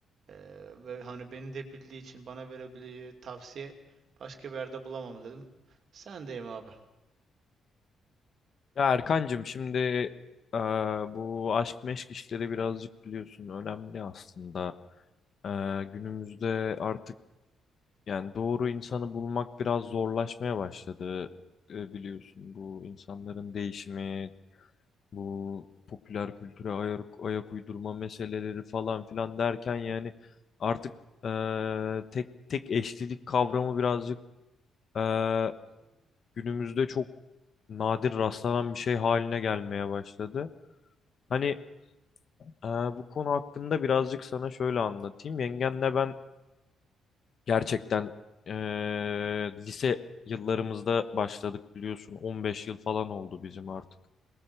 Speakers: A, on the right (about 60°); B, on the left (about 50°).
A: eee, ve hani beni de bildiği için bana verebileceği tavsiye başka bir yerde bulamam dedim. Sendeyim abi.
B: Ya Erkancığım şimdi eee, bu aşk meşk işleri birazcık biliyorsun önemli aslında. Eee, günümüzde artık yani doğru insanı bulmak biraz zorlaşmaya başladı. Eee, biliyorsun bu insanların değişimi, bu popüler kültüre ayak, ayak uydurma meseleleri falan filan derken yani artık eee, tek tek eşlilik kavramı birazcık eee, günümüzde çok nadir rastlanan bir şey haline gelmeye başladı. Hani Ee, bu konu hakkında birazcık sana şöyle anlatayım. Yengenle ben gerçekten ee, lise yıllarımızda başladık biliyorsun. 15 yıl falan oldu bizim artık.